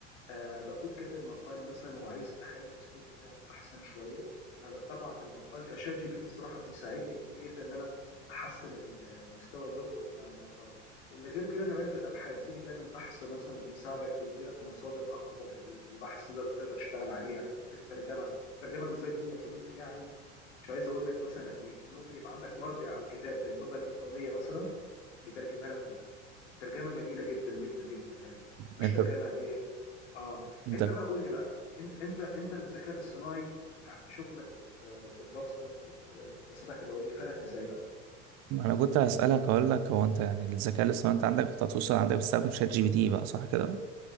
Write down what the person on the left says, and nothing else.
آه بكون كاتب مقال مثلا وعايز اخلي الاسلوب بتاعه احسن شويه فببعت المقال فشات جي بي تي صراحه بيساعدني كتير جدا ان انا احسن ال- المستوى اللغوي بتاع المقال اللي غير كده كمان في الابحاث تيجي تعمل بحث مثلا بيساعدك بيديلك مصادر اقوى في ال- في البحث ده تقدر تشتغل عليها في الترجمه الترجمه بالذات دي يا صديقي يعني مش عايز اقول لك مثلا قد ايه ممكن يبقى عندك مرجع او كتاب باللغه الايطاليه مثلا يترجمها لك كلها ترجمه جميله جدا جدا جدا كمان مش
ترجمه ضيقه اه
انت بقى قول لي بقى انت انت انت الذكاء الصناعي ف- في شغلك وفي وفي دراستك وفي دراستك العليا فادك ازاي بقى؟